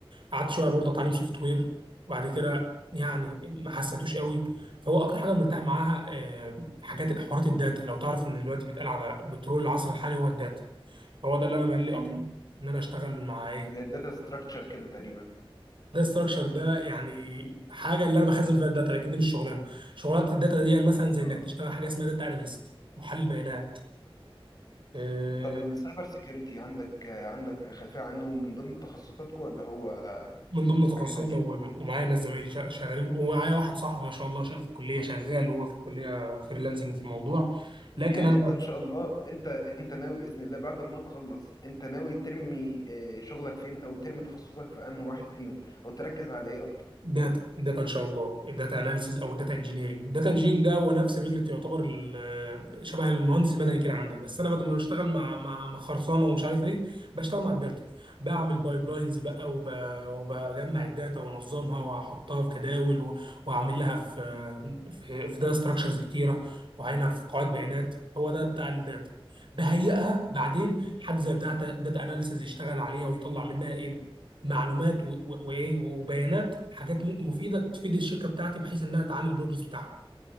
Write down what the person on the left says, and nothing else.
امم
زي الداتا ستراكشر كده تقريبا
اه
طب السايبر سيكيورتي عندك آه، عندك خلفية عنه من ضمن تخصصاتكم ولا هو
حاجة تانية
يعني
انت ان شاء الله انت انت ناوي بإذن الله بعد ما تخلص انت ناوي ترمي اه، شغلك فين او ترمي تخصصك في انهي واحد فيهم او تركز على ايه اكتر